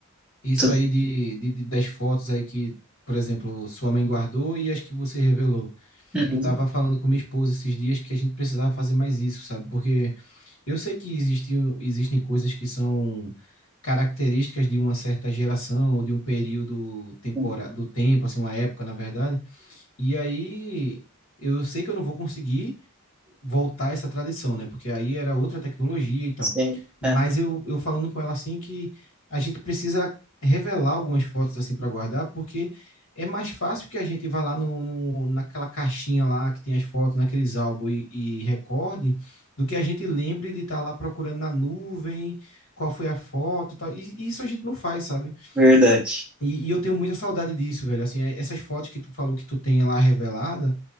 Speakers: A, on the left; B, in the centre.
A: e isso
B: tu...
A: aí de, de, de- das fotos aí que, por exemplo, sua mãe guardou e as que você revelou.
B: Uhum,
A: Eu tava falando com minha esposa esses dias que a gente precisava fazer mais isso, sabe? Porque Eu sei que existem, existem coisas que são características de uma certa geração ou de um período tempora,
B: uhum,
A: do tempo, assim, uma época, na verdade. E aí eu sei que eu não vou conseguir voltar essa tradição, né? Porque aí era outra tecnologia e tal.
B: sim,
A: Mas
B: é
A: eu, eu falando com ela assim que a gente precisa revelar algumas fotos assim para guardar, porque é mais fácil que a gente vá lá no, no- naquela caixinha lá que tem as fotos, naqueles álbuns e, e recorde, do que a gente lembre de estar lá procurando na nuvem qual foi a foto e tal. E, e isso a gente não faz, sabe?
B: verdade.
A: E, e eu tenho muita saudade disso, velho. Assim, é- essas fotos que tu falou que tu tem lá revelada